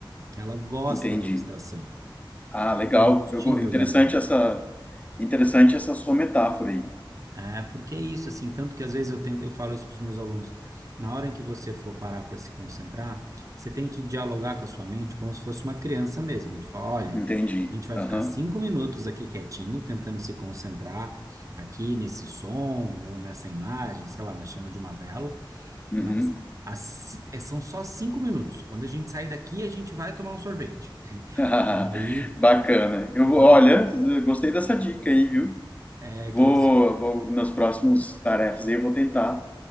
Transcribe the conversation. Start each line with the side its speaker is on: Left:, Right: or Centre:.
Right: Ela gosta
Left: Entendi.
Right: da distração,
Left: Ah, legal.
Right: do combustível
Left: Eu, go- interessante
Right: da mente.
Left: essa interessante essa sua metáfora aí.
Right: É, porque é isso, assim, tanto que às vezes eu tento, eu falo isso para os meus alunos. Na hora em que você for parar para se concentrar, você tem que dialogar com a sua mente como se fosse uma criança mesmo, de falar, olha,
Left: Entendi.
Right: a gente vai
Left: Aham.
Right: ficar cinco minutos aqui quietinho, tentando se concentrar aqui nesse som ou nessa imagem, sei lá, na chama de uma vela,
Left: Uhum.
Right: mas as ci- é- são só cinco minutos. Quando a gente sair daqui, a gente vai tomar um sorvete.
Left: <laughs>
Right: E aí,
Left: Bacana. Eu vou,
Right: quando,
Left: olha, gostei dessa dica aí, viu?
Right: é,
Left: Vou,
Right: que é isso?
Left: vou nas próximas tarefas aí, eu vou tentar